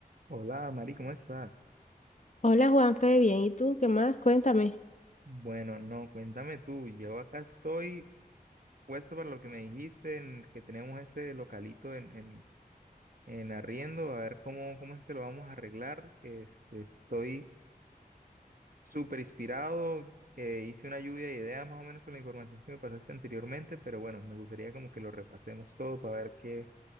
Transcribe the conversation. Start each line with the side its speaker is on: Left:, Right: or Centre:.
Right: Hola, Mari, ¿cómo estás?
Left: Hola Juanfe, bien, ¿y tú qué más? Cuéntame.
Right: Bueno, no, cuéntame tú. Yo acá estoy puesto para lo que me dijiste, en que tenemos ese localito en, en, en arriendo, a ver cómo, cómo es que lo vamos a arreglar. Este, estoy súper inspirado. eh, hice una lluvia de ideas más o menos con la información que me pasaste anteriormente, pero bueno, me gustaría como que lo repasemos todo para ver qué,